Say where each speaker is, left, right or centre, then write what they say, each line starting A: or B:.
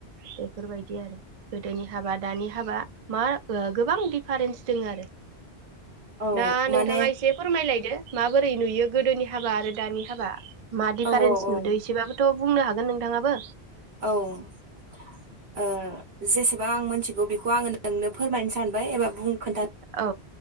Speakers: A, on the right; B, on the right.
A: बेफोरबायदि आरो गोदोनि हाबा दानि हाबा मा ओ गोबां दिफारेन्स दोङो आरो
B: औ
A: दा
B: माने
A: नोंथाङा एसे फोरमायलाय। माबोरै नुयो गोदोनि हाबा आरो दानि हाबा? मा डिफारेन्स
B: औ औ औ
A: नुदों एसेबाबोथ' बुंनो हागोन नोंथाङाबो?
B: औ ओ जेसेबां आं मोनथिगौ बेखौ आङो नोंनो फोरमायन सै सानबाय एबा बुं खोन्था
A: ओ औ